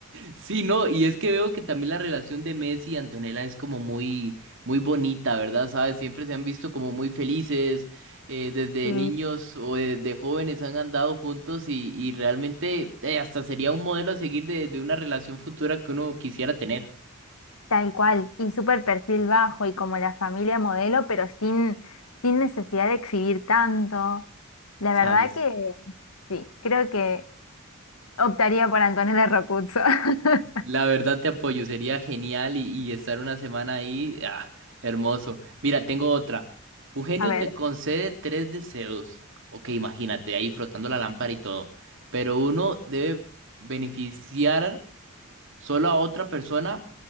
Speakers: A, on the right; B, on the left.
A: Sí, no, y es que veo que también la relación de Messi y Antonella es como muy, muy bonita, ¿verdad? ¿Sabes? Siempre se han visto como muy felices, eh, desde
B: Sí,
A: niños o desde jóvenes han andado juntos y, y realmente eh, hasta sería un modelo a seguir de, de una relación futura que uno quisiera tener,
B: Tal cual, y súper perfil bajo y como la familia modelo, pero sin, sin necesidad de exhibir tanto. La
A: ¿sabes?
B: verdad que sí, creo que optaría por Antonella Rocuzzo. <laughs>
A: La verdad te apoyo, sería genial y, y estar una semana ahí, ah, hermoso. Mira, tengo otra. Un genio
B: A ver,
A: te concede tres deseos. Ok, imagínate, ahí frotando la lámpara y todo. Pero uno debe beneficiar solo a otra persona.